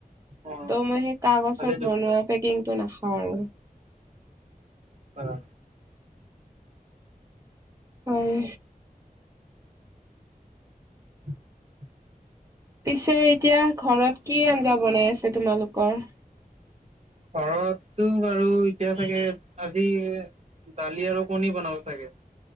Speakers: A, on the right; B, on the right.
A: অ',
B: ত' মই সেই কাগজত
A: ভালেই দেখোন
B: বনোৱা পেকিংটো নাখাও আৰু
A: হয় অ
B: হয়
A: <unintelligible>
B: পিছে এতিয়া ঘৰত কি আঞ্জা বনাই আছে তোমালোকৰ
A: ঘৰততো বাৰু এতিয়া চাগে আজি দালি আৰু কণী বনাব চাগে।